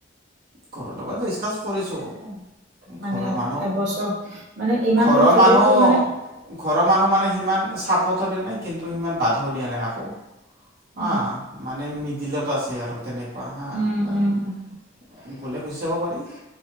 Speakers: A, on the right (about 55°); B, on the right (about 80°).
A: ঘৰৰ লগত ডিছকাচ কৰিছোঁ।
B: মানে
A: ঘৰৰ মানুহ
B: এবছৰ মানে ইমানতো
A: ঘৰৰ
B: চবেইতো
A: মানুহ
B: মানে
A: ঘৰৰ মানুহ মানে সিমান চাপ পত <unintelligible> দিয়া নাই কিন্তু সিমান বাধাও দিয়া নাই আকৌ অ',
B: উম,
A: মানে মিদিলত আছে আৰু তেনেকুৱা বহা
B: উম, উম, উম,
A: <inaudible> গলে গুচি যাব পাৰি।